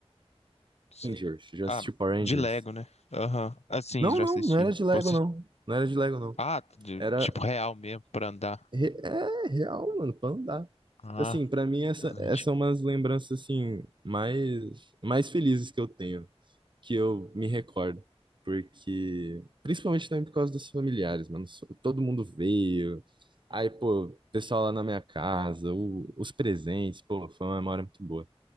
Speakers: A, on the left (about 85°); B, on the right (about 50°).
A: Se-
B: Rangers, já
A: Ah,
B: assistiu Power Rangers?
A: de Lego, né? Aham. Assim,
B: Não,
A: já
B: não,
A: assisti.
B: não era de Lego,
A: Pô,
B: não. Não era de Lego, não.
A: Ah, de-
B: Era.
A: tipo real mesmo pra andar.
B: re- É real, mano, pra andar. Tipo
A: Ah,
B: Assim, pra mim, essa,
A: excelente.
B: essas são umas lembranças, assim, mais, mais felizes que eu tenho, que eu me recordo. Porque. Principalmente também por causa dos familiares, mano. So- Todo mundo veio. Aí, pô, o pessoal lá na minha casa, o- os presentes, pô, foi uma memória muito boa.